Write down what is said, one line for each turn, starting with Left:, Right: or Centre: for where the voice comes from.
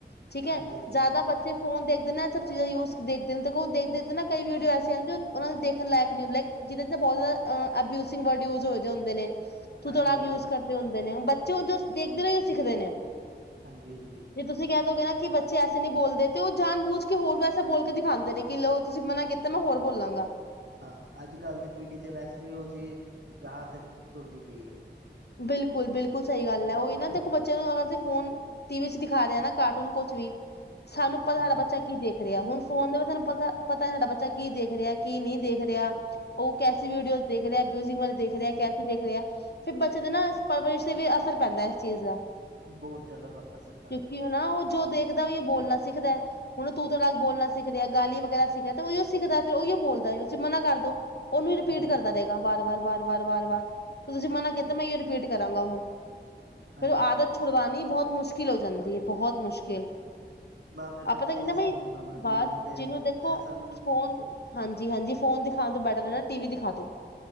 Left: ਠੀਕ ਹੈ,
Right: ਹਾਂਜੀ ਹਾਂਜੀ
Left: ਜਿਆਦਾ ਬੱਚੇ ਫੋਨ ਦੇਖਦੇ ਨੇ ਏ ਸਭ ਚੀਜ਼ ਯੂਜ਼ ਦੇਖਦੇ ਦੇਖੋ ਦੇਖ-ਦੇਖ ਕੇ ਨਾ ਕਈ ਵੀਡੀਓ ਏ ਚਲਦੇਓ, ਉਹਨਾ ਦੇਖਣ ਲਾਇਕ ਨੀ ਹੁੰਦੇ, ਲਾਇਕ ਜਿਹਦੇ ਵਿਚ ਨਾ ਬਹੁਤ ਜ਼ਿਆਦਾ ਅ-ਅਬਿਓਸਿਂਗ ਵਰਡ ਯੂਜ ਹੋਏਦੇ ਹੁੰਦੇ ਨੇ ਤੂ-ਤੜਾਕ
Right: ਹਾਂਜੀ
Left: ਯੂਜ ਕਰਦੇ ਹੁੰਦੇ ਨੇ, ਬੱਚੇ ੳਹ ਜੋ ਦੇਖਦੇ ਨੇ, ਉਹ ਸਿੱਖਦੇ ਨੇ।
Right: ਹਾਂਜੀ -ਹਾਂਜੀ।
Left: ਤੇ ਤੁਸੀਂ ਕਹਿ ਦੋਗੇ ਨਾ, ਕਿ ਬੱਚੇ ਐਸੇ ਨੀ ਬੋਲਦੇ, ਤੇ ਉਹ ਜਾਣ- ਬੂਝ ਕੇ ਹੋਰ ਵੈਸੇ ਬੋਲ ਕੇ ਦਿਖਾਉਂਦੇ ਨੇ, ਕਿ ਲੋਓ, ਤੁਸੀਂ ਮਨਾ ਕੀ ਤੇ, ਮੈਂ ਹੋਰ ਬੋਲਾਂਗਾ
Right: ਹਾਂ, ਅੱਜ-ਕੱਲ੍ਹ ਦੀ ਪੀੜ੍ਹੀ ਤੇ ਵੈਸੇ ਵੀ, ਉਹ ੳਸੀ ਰਾਹ ਤੇ ਤੁਰਦੀ ਪਈ ਹੈ।
Left: ਬਿਲਕੁਲ -ਬਿਲਕੁਲ ਸਹੀ ਗੱਲ ਹੈ, ਉਹੀ ਨਾ ਦੇਖੋ ਬੱਚਿਆਂ ਨੂੰ ਅਗਰ ਫੋਨ ਟੀਵੀ ਚ ਦਿਖਾ ਰਿਹਾ ਨਾ, ਕਾਰਟੂਨ ਕੁਛ ਵੀ, ਸਾਨੂੰ ਪਤਾ ਸਾਡਾ
Right: ਹਮ
Left: ਬੱਚਾ ਕੀ ਦੇਖ ਰਿਹਾ, ਹੁਣ ਫੋਨ ਦੇ ਵਿੱਚ ਸਾਨੂੰ ਪਤਾ, ਪਤਾ ਸਾਡਾ ਬੱਚਾ ਕੀ ਦੇਖ ਰਿਹਾ, ਕੀ ਨਹੀਂ ਦੇਖ ਰਿਹਾ। ਉਹ ਕੈਸੀ ਵੀਡੀਓਜ਼ ਦੇਖ ਰਿਹਾ, ਐਬਿਊਜਿੰਗ ਵਾਲੀ ਦੇਖ ਰਿਹਾ, ਕੈਸੀੇ ਦੇਖ ਰਿਹਾ। ਤੇ ਬੱਚੇ ਦੇ ਨਾ, ਇਸ ਪਰਵਰਿਸ਼ ਤੇ ਵੀ ਅਸਰ ਪੈਂਦਾ ਏ ਇਸ ਚੀਜ਼ ਦਾ।
Right: ਬਹੁਤ ਜ਼ਿਆਦਾ ਅਸਰ ਪੈਂਦਾ
Left: ਕਿਉਂਕਿ
Right: ਹੈ
Left: ਉਹ ਨਾ, ਉਹ ਜੋ ਦੇਖਦਾ ਓਹੀ ਉਹ ਬੋਲਣਾ ਸਿੱਖਦਾ। ਹੁਣ ਤੂੰ -ਤੜਾਕ ਬੋਲਣਾ ਸਿੱਖ ਰਿਹਾ ਏ, ਗਾਲੀ ਵਗੈਰਾ ਸਿੱਖ ਰਿਹਾ, ਤੇ ਓਹੀਓ ਸਿੱਖਦਾ, ਫਿਰ ਉਹੀਓ ਬੋਲਦਾ, ਤੁਸੀਂ ਮਨਾ ਕਰਦੋ। ਉਹਨੂੰ ਈ ਰਿਪੀਟ
Right: ਹਮ
Left: ਕਰਦਾ ਰਹੇਗਾ, ਬਾਰ-ਬਾਰ, ਬਾਰ -ਬਾਰ, ਬਾਰ-ਬਾਰ ਤੁਸੀਂ ਮਨਾ ਤੇ ਮੈਂ ਏ ਰਿਪੀਟ ਕਰਾਂਗਾ ਹੁਣ,
Right: ਹਾਂਜੀ
Left: ਫੇਰ ਉਹ ਆਦਤ ਛੁੜਵਾਨੀ ਬਹੁਤ ਮੁਸ਼ਕਿਲ ਹੋ ਜਾਂਦੀ ਹੈ, ਬਹੁਤ ਮੁਸ਼ਕਿਲ।
Right: ਬਸ ਫਿਰ ਬੱਚੇ
Left: ਆਪਾਂ ਤਾਂ ਕਹਿੰਦੇ
Right: ਇਹ ਸਭ
Left: ਬਈ,
Right: ਨੂੰ ਸਮਝਦੇ
Left: ਬਸ
Right: ਨੀ ਫਿਰ
Left: ਜਿਹਨੂੰ
Right: ਇਹ
Left: ਦੇਖੋ
Right: ਸਭ ਨੂੰ
Left: ਫੋਨ ਹਾਂਜੀ ਹਾਂਜੀ ਫ਼ੋਨ ਦਿਖਾਉਣ ਤੋਂ ਬੈਟਰ ਨਾ ਟੀ ਵੀ ਦਿਖਾ ਦੋ।